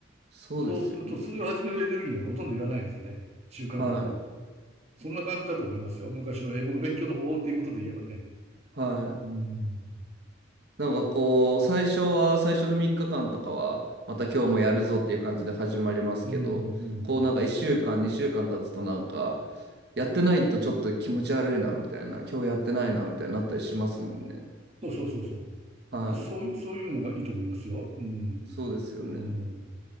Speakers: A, on the right (about 60°); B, on the right (about 35°).
A: そうですよね。
B: そうするとそれを始めるエネルギーなんかほとんどいらないんですよね。習慣だから。
A: は
B: そんな感じだと思いますよ。昔の英語の勉強の方法っていうことで言えばね。
A: い。はい。
B: うん。
A: なんかこう、最初は、最初の3日間とかは、また今日もやるぞっていう感じで始まりますけど、
B: うん、う
A: こうなんか1週間、
B: ーん。
A: 2週間経つとなんか、やってないとちょっと気持ち悪いなみたいな、今日やってないなみたいになったりしますもんね。
B: そうそうそうそ
A: はい。
B: う。そういう、そういうのがいいと思いますよ。うーん。
A: そうですよね。
B: うーん。